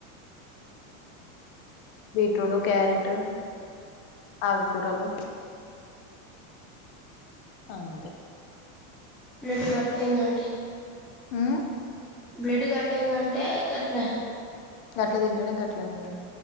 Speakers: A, on the left (about 20°); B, in the centre.
A: బీట్రూట్ క్యారెట్ టు ఆకుకూరలు అంతే
B: బ్లడ్ కట్టిందంటే
A: ఆ
B: బ్లడ్ కట్టేదంటే గట్ల
A: గట్లా తింటానే గట్లా అయింది